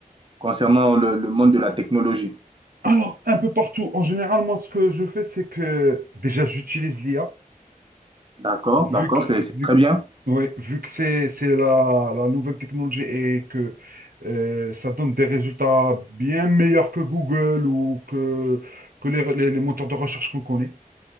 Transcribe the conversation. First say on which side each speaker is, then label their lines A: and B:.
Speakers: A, on the right (about 35°); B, on the right (about 80°).
A: concernant le, le monde de la technologie?
B: Alors, un peu partout. En général, moi, ce que je fais, c'est que déjà, j'utilise l'IA,
A: D'accord,
B: vu
A: d'accord,
B: que,
A: c'est c'est
B: vu,
A: très bien.
B: ouais, vu que c'est, c'est la, la nouvelle technologie et que euh, ça donne des résultats bien meilleurs que Google ou que, que les, les les moteurs de recherche qu'on connaît.